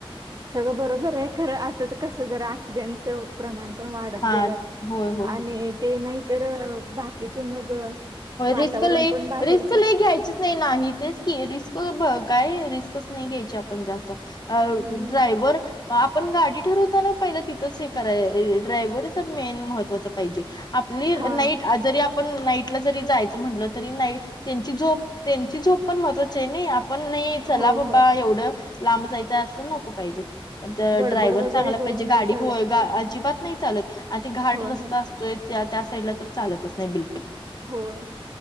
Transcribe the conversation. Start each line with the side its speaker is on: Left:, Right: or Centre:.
Right: सगळं बरोबर आहे खरं आताच कस जरा ऍक्सिडेंटसच प्रमाण पण वाढत
Left: हा
Right: गेल्यात
Left: होय होय
Right: आणि ते नाहीतर बाकीचे मग
Left: रिस्क
Right: वातावरण
Left: लई.
Right: पण बाहेरच
Left: रिस्क लई घ्यायचीच नाही नाही तेच की रिस्क ब काय रिस्कच नाही घ्यायची आप आपण जास्त अ
Right: हम्म
Left: ड्रायव्हर आपण गाडी ठरवताना पहिलं तिथंच हे करा ड्रायव्हरच मेन महत्त्वाच पाहिजे. आप प्ली
Right: हा
Left: नाईट जरी आपण नाईटला जरी जायचं म्हटलं तरी नाईट त्यांची झोप त्यांची झोप पण महत्वाची आहे नी आपण नाही चला
Right: होय
Left: बाबा
Right: होय
Left: एवढं लांब जायचा अस नको पाहिजे. तर
Right: गडबड
Left: ड्रायव्हर
Right: वगैरे
Left: चांगला
Right: करून
Left: पाहिजे
Right: नाही
Left: गाडी
Right: चालत
Left: होय
Right: अशा
Left: गा
Right: ठिकाणी
Left: अजिबात नाही चालत आ ते घाट
Right: होय
Left: रस्ता
Right: होय
Left: असतोय त्या त्या साईडला तर चालतच नाही बिलकुल.
Right: होय.